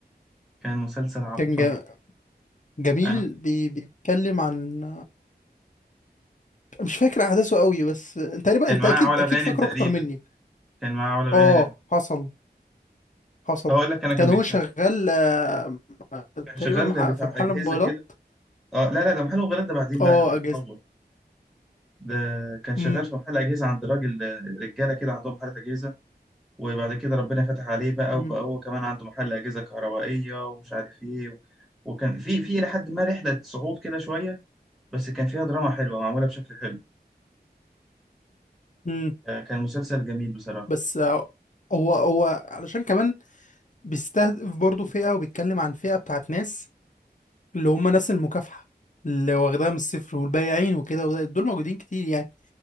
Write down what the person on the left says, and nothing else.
كان ج... جميل
بي... بيتكلم عن مش فاكر احداثه قوي بس انت تقريبا
انت
اكيد
اكيد
فاكره
اكتر مني
اه حصل حصل
كان
هو شغال آه،
تقريبا
مح-
في محل
موبايلات
اه
اجهزه
امم
امم
امم
بس آه، هو هو علشان كمان بيستهدف برضه فئه وبيتكلم عن فئه بتاعت ناس اللي هم ناس المكافحه اللي واخداها من الصفر والبايعين وكده وده- دول موجودين كتير يعني